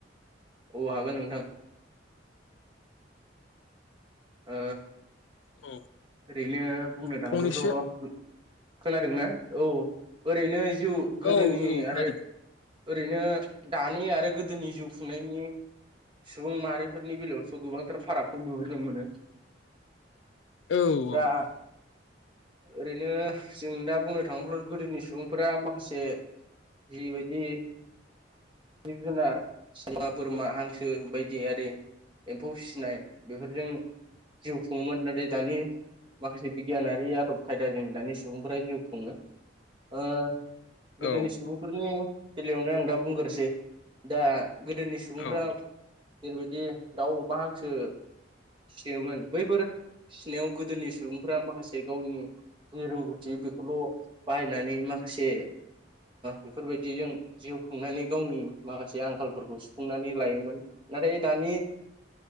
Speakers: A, on the right (about 25°); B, on the left (about 80°).
A: औ हागोन नोंथां। ओ
B: औ
A: ओरैनो बुंनो थाङोब्लाथ'
B: फंनैसो
A: खोनादोंना? औ ओरैनो जिउ गोदोनि
B: औ औ खोनादों
A: आरो ओरैनो दानि आरो गोदोनि जिउ खुंनायनि सुबुं माहारि फोरनि बेलायावथ' गोबांथार फारागखौ नुहुरनो मोनो।
B: औ औ
A: दा
B: औ।
A: ओरैनो जों दा बुंनो थाङोब्ला गोदोनि सुबुंफोरा माखासे जिबायदि जिब जुनार, सैमा, बोरमा, हांसो बायदियारि एम्फौ फिसिनाय बेफोरजों जिउ खुङोमोन नाथाय दानि माखासे बिगियानारि आदब खायदाजों दानि सुबुंफोरा जिउ खुङो ओ गोदोनि
B: औ
A: सुबुंफोरनि बेलायावनो आं दा बुंग्रोसै दा गोदोनि सुबुंफ्रा
B: औ
A: जेरैबायदि दाउ, अमा, हांसो फिसियोमोन बैफोर फिसिनायाव गोदोनि सुबुंफोरा माखासे गावनि जि रोंगौथि बेखौल' बाहायनानै माखासे बेफोरबायदिजों जिउ खुंनानै गावनि माखासे आंखालफोरखौ सुफुंनानै लायोमोन नाथाय दानि